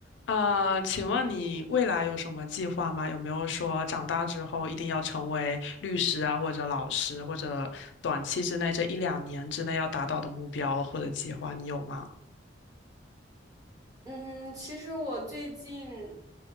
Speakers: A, on the left (about 70°); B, on the right (about 20°).
A: 啊，请问你未来有什么计划吗？有没有说长大之后一定要成为律师啊，或者老师，或者短期之内这一两年之内要达到的目标或者计划，你有吗？
B: 嗯，其实我最近，